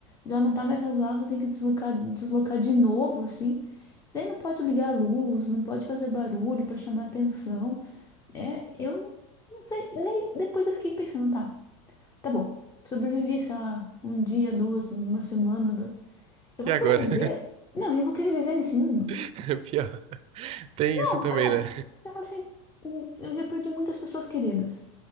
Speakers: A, on the left; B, on the right.
A: Já não tá mais razoável, você tem que deslocar, deslocar de novo, assim. Daí não pode ligar a luz, não pode fazer barulho pra chamar atenção. É, eu não, não sei. Daí depois eu fiquei pensando, tá, tá bom. Sobrevivi, sei lá, um dia, duas, uma semana, dois. Eu vou
B: e agora?
A: querer viver?
B: <laughs>
A: Não, e eu vou querer viver nesse mundo?
B: <laughs> Pior. Tem
A: Não,
B: isso também,
A: é.
B: né?
A: Você fala assim, "Hum, eu já perdi muitas pessoas queridas.